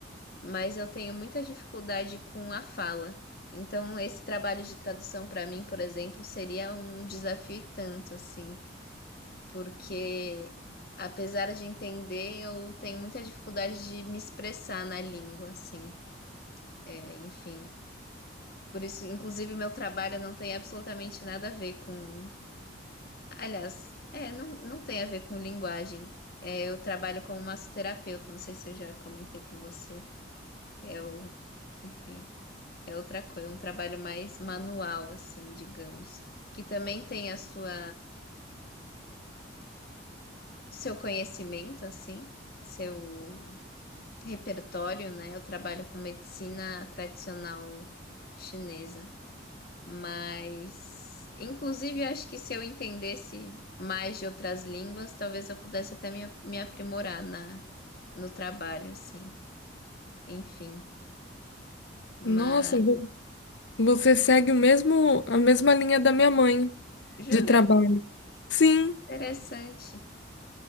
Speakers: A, on the left (about 50°); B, on the left (about 70°).
A: mas eu tenho muita dificuldade com a fala. Então, esse trabalho de tradução para mim, por exemplo, seria um desafio e tanto, assim, porque apesar de entender, eu tenho muita dificuldade de me expressar na língua, assim, É, enfim. Por isso, inclusive, meu trabalho não tem absolutamente nada a ver com. Aliás, é, não, não tem a ver com linguagem. É, eu trabalho como massoterapeuta, não sei se eu já comentei com você. Eu, enfim. É outra coisa, um trabalho mais manual, assim, digamos, que também tem a sua seu conhecimento, assim, seu repertório, né? Eu trabalho com medicina tradicional chinesa, mas inclusive acho que se eu entendesse mais de outras línguas, talvez eu pudesse até me, me aprimorar na no trabalho, assim. Enfim, mas
B: Nossa, vo- você segue o mesmo, a mesma linha da minha mãe.
A: jura?
B: de trabalho. Sim,
A: Interessante.